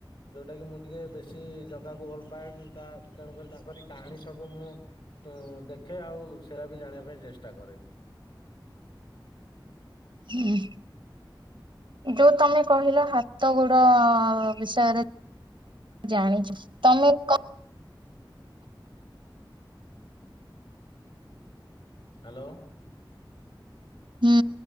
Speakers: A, on the left; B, on the right.
A: ଯୋଉଟା କି ମୁଁ ଟିକେ ବେଶୀ ଜଗାକୁ ଭଲ ପାଏ ମୁଁ ତା ତେଣୁକରି ତାଙ୍କରି କାହାଣୀ ସବୁ ମୁଁ ଦେଖେ ଆଉ ସେରା ବି ଜାଣିବା ପାଇଁ ଚେଷ୍ଟା କରେ।
B: ହୁଁ। ଯୋଉ ତମେ କହିଲ ହାତ ଗୋଡ଼ ବିଷୟରେ ଜାଣିଛୁ। ତମେ କ
A: ହ୍ୟାଲୋ।
B: ହୁଁ